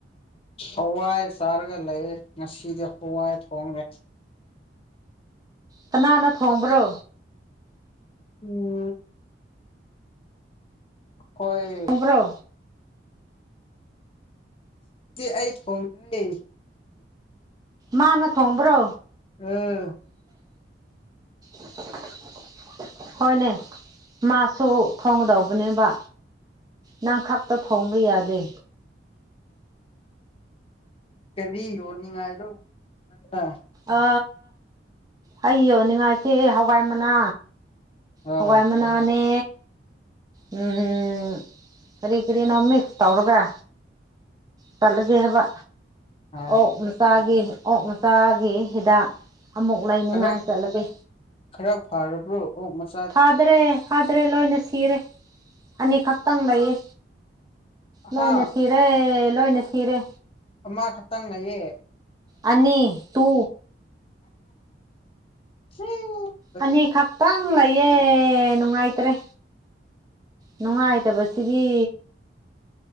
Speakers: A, on the left; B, on the right.
A: ꯍꯋꯥꯏ ꯆꯥꯔꯒ ꯂꯩꯌꯦ ꯉꯁꯤꯗꯤ ꯍꯋꯥꯏ ꯊꯣꯡꯉꯦ꯫
B: ꯀꯅꯥꯅ ꯊꯣꯡꯕ꯭ꯔꯣ꯫
A: ꯎꯝ ꯍꯣꯏ
B: ꯊꯣꯡꯕ꯭ꯔꯣ
A: ꯗꯤ ꯑꯩ ꯊꯣꯡꯗꯔꯦ꯫
B: ꯃꯥꯅ ꯊꯣꯡꯕ꯭ꯔꯣ꯫
A: ꯎꯝ
B: <unintelligible> ꯍꯣꯏꯅꯦ ꯃꯥꯁꯨ ꯊꯣꯡꯒꯗꯧꯕꯅꯦꯕ꯫ ꯅꯪ ꯈꯛꯇ ꯊꯣꯡꯕ ꯌꯥꯗꯦ꯫
A: ꯀꯔꯤ ꯌꯣꯟꯅꯤꯡꯉꯥꯏꯗꯣ <unintelligible>
B: ꯑ ꯑꯩ ꯌꯣꯟꯅꯤꯡꯉꯥꯏꯁꯦ ꯍꯋꯥꯏ ꯃꯅꯥ
A: ꯑꯥ
B: ꯍꯋꯥꯏ ꯃꯅꯥꯅꯦ ꯎꯝ ꯀꯔꯤ ꯀꯔꯤꯅꯣ ꯃꯤꯛꯁ ꯇꯧꯔꯒ꯫ ꯆꯠꯂꯒꯦ ꯍꯥꯏꯕ
A: ꯑꯥ
B: ꯑꯣꯛ ꯃꯆꯥꯒꯤ ꯑꯣꯛ ꯃꯆꯥꯒꯤ ꯍꯤꯗꯥꯛ ꯑꯃꯨꯛ ꯂꯩꯅꯉꯥꯏ
A: ꯈꯔ
B: ꯆꯠꯂꯒꯦ꯫
A: ꯈꯔ ꯐꯥꯔꯕ꯭ꯔꯣ ꯑꯣꯛ ꯃꯆ
B: ꯐꯥꯗꯔꯦ ꯐꯥꯗꯔꯦ ꯂꯣꯏꯅ ꯁꯤꯔꯦ ꯑꯅꯤꯈꯛꯇꯪ ꯂꯩꯌꯦ꯫ ꯂꯣꯏꯅ
A: ꯍꯥ
B: ꯁꯤꯔꯦ ꯂꯣꯏꯅ ꯁꯤꯔꯦ꯫
A: ꯑꯃ ꯈꯛꯇꯪ ꯂꯩꯌꯦ꯫
B: ꯑꯅꯤ ꯇꯨ꯫
A: ꯁꯤ <unintelligible>
B: ꯑꯅꯤ ꯈꯥꯛ ꯇꯪ ꯂꯩ꯫ ꯌꯦ ꯅꯨꯡꯉꯥꯏꯇꯔꯦ ꯅꯨꯡꯉꯥꯏꯇꯕꯁꯤꯗꯤ